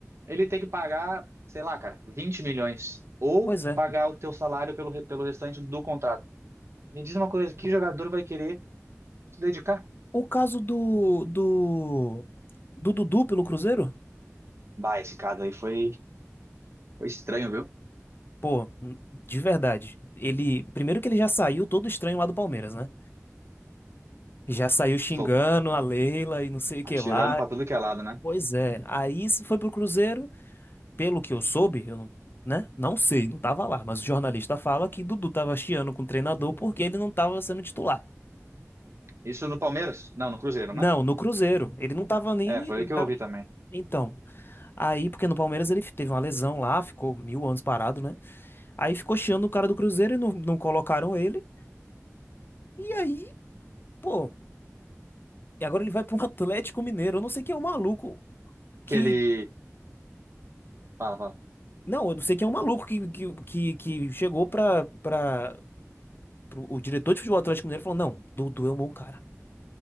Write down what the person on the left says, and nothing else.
pois é.
O caso do, do, do Dudu pelo Cruzeiro?
Pô, de verdade. Ele, primeiro que ele já saiu todo estranho lá do Palmeiras, né? Já saiu xingando
a Leila e não sei o
que lá.
Pois é. Aí isso foi pro Cruzeiro, pelo que eu soube, eu, não- né? Não sei, não tava lá, mas o jornalista fala que Dudu tava chiando com o treinador porque ele não tava sendo titular.
Não,
no Cruzeiro. Ele não tava nem,
ele
tava
Então, aí, porque no Palmeiras ele teve uma lesão lá, ficou mil anos parado, né? Aí ficou chiando o cara do Cruzeiro e não, não colocaram ele. E aí, pô. E agora ele vai para um <laughs> Atlético Mineiro. Eu não sei quem é o maluco
que.
Não, eu não sei quem é o maluco que, que, que, que chegou para para o diretor de futebol do Atlético Mineiro e falou: Não, Dudu é um bom cara.